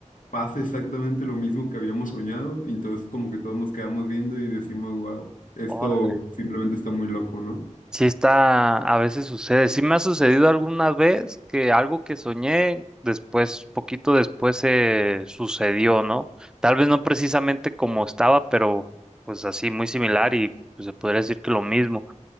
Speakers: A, on the left (about 85°); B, in the centre.
A: pasa exactamente lo mismo que habíamos soñado y entonces como que todos nos quedamos viendo y decimos, wow, esto
B: Órale.
A: simplemente está muy loco, ¿no?
B: Sí está, a veces sucede. Sí me ha sucedido alguna vez que algo que soñé después, poquito después se sucedió, ¿no? Tal vez no precisamente como estaba, pero pues así muy similar y pues se podría decir que lo mismo.